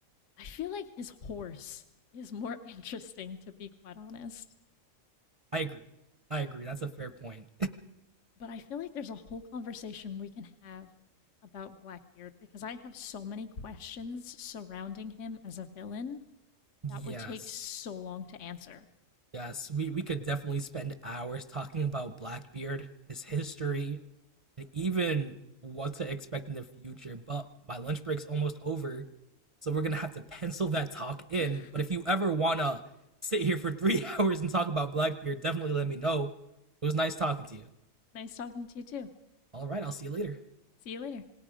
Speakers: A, on the left; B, on the right.
A: I feel like his horse is more <laughs> interesting, to be quite honest.
B: I agree. I agree. That's a fair point.
A: But I feel like there's a whole conversation we can have about Blackbeard because I have so many questions surrounding him as a villain
B: <laughs> yes.
A: that would take so long to answer.
B: Yes, we, we could definitely spend hours talking about Blackbeard, his history, and even what to expect in the future. But my lunch break's almost over, so we're gonna have to pencil that talk in.
A: <laughs>
B: But if you ever wanna sit here for <laughs> three hours and talk about Blackbeard, definitely let me know. It was nice talking to you.
A: nice talking to you too.
B: All right, I'll see you later.
A: See you later.